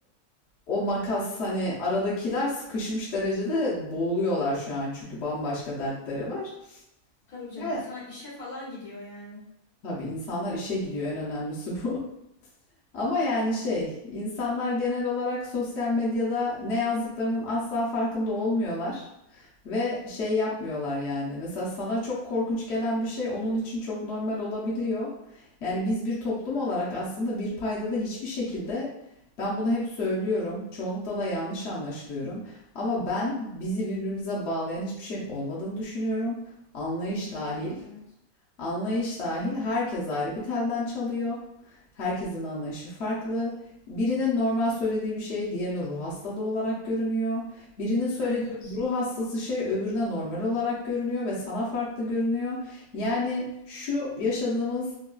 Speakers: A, on the left; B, on the left.
A: o makas hani aradakiler sıkışmış derecede boğuluyorlar şu an çünkü bambaşka dertleri var.
B: Tabii canım
A: Ya
B: insan işe falan gidiyor yani.
A: tabii insanlar işe gidiyor en önemlisi bu. Ama yani şey, insanlar genel olarak sosyal medyada ne yazdıklarının asla farkında olmuyorlar ve şey yapmıyorlar yani. Mesela sana çok korkunç gelen bir şey onun için çok normal olabiliyor. Yani biz bir toplum olarak aslında bir paydada hiçbir şekilde ben bunu hep söylüyorum. Çoğunlukla da yanlış anlaşılıyorum. Ama ben bizi birbirimize bağlayan hiçbir şeyin olmadığını düşünüyorum. Anlayış
B: Çünkü
A: dahil.
B: yok evet.
A: Anlayış dahil
B: Hı hı.
A: herkes ayrı bir telden çalıyor. Herkesin anlayışı farklı. Birinin normal söylediği bir şey diğerine ruh hastalığı olarak görünüyor. Birinin söylediği
B: Aynen.
A: ruh hastası şey öbürüne normal olarak görünüyor ve sana farklı görünüyor. Yani şu yaşadığımız